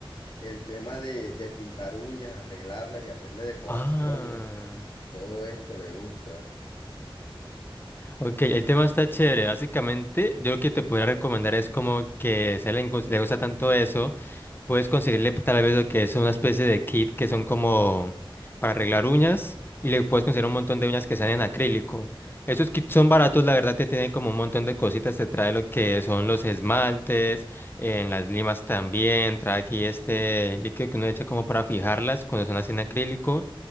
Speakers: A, on the left; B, on the left.
A: El tema de, de pintar uñas, arreglarlas y hacerle decoraciones.
B: Ah.
A: Todo esto le gusta.
B: Ok, el tema está chévere. Básicamente, yo lo que te podría recomendar es como que si a él le gus- le gusta tanto eso. Puedes conseguirle pues, tal vez lo que es una especie de kit que son como para arreglar uñas y le puedes conseguir un montón de uñas que sean en acrílico. Esos kits son baratos, la verdad te tienen como un montón de cositas, te trae lo que son los esmaltes, en las limas también, trae aquí este líquido que uno echa como para fijarlas cuando son así en acrílico